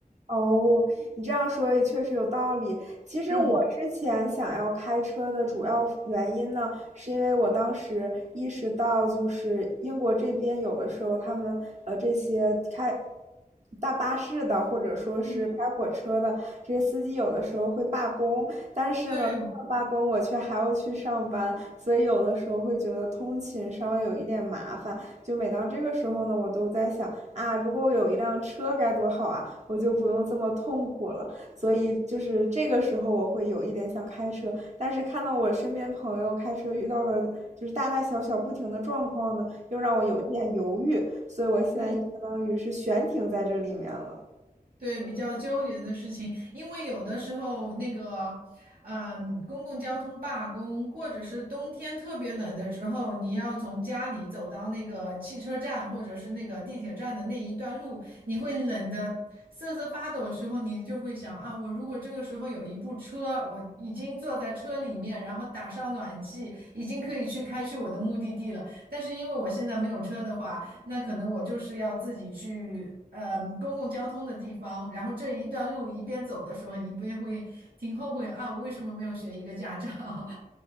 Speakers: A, on the right; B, on the right.
A: 哦，你这样说也确实有道理。其实我之前想要开车的主要原因呢，
B: 嗯
A: 是因为我当时意识到，就是英国这边有的时候他们呃这些开大巴士的，或者说是开火车的这些司机，
B: 嗯，
A: 有的时候会罢工，但是呢，
B: 对，
A: 他们罢工我却还要去上班，所以有的时候会觉得通勤稍微有一点麻烦。就每当这个时候呢，我都在想啊，如果我有一辆车该多好啊，我就不用这么痛苦了。所以就是这个时候，我会有一点想开车，但是看到我身边朋友开车遇到的就是大大小小不停的状况呢，又让我有一点犹豫，所以我现在就相当于是悬停在这里面了。
B: 嗯对，比较纠结的事情，因为有的时候那个，嗯，公共交通罢工，或者是冬天特别冷的时候，你要从家里走到那个汽车站或者是那个地铁站的那一段路，你会冷的瑟瑟发抖的时候，你就会想啊，我如果这个时候有一部车，我已经坐在车里面，然后打上暖气，已经可以去开去我的目的地了。但是因为我现在没有车的话。那可能我就是要自己去，嗯，公共交通的地方，然后这一段路一边走的时候，一边会挺后悔啊，我为什么没有学一个驾照？<laughs>